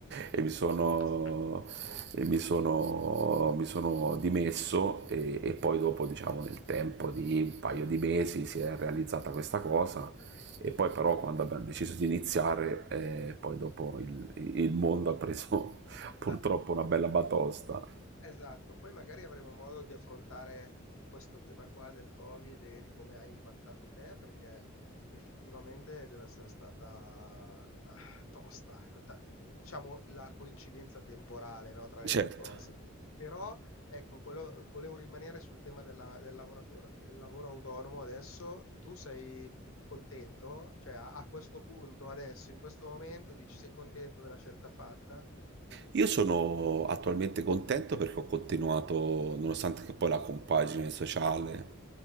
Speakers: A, on the right; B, on the left.
A: e mi
B: Ti
A: sono,
B: sei dimesso.
A: e mi sono, mi sono dimesso e, e poi dopo, diciamo, nel tempo di un paio di mesi si è realizzata questa cosa e poi però quando abbiamo deciso di iniziare, eh, poi dopo il, il mondo ha preso <laughs> purtroppo
B: Eh.
A: una bella batosta.
B: Esatto, poi magari avremo modo di affrontare eh, questo tema qua del Covid e di come ha impattato te, perché effettivamente deve essere stata ah, tosta, eh, Ta- diciamo la coincidenza temporale, no, tra le
A: Certo.
B: due cose. Però, ecco, quello- volevo rimanere sul tema della- del lavoratore, del lavoro autonomo adesso. Tu sei contento? Cioè, a a questo punto, adesso, in questo momento, dici sei contento della scelta fatta?
A: Io sono attualmente contento perché ho continuato, nonostante che poi la compagine sociale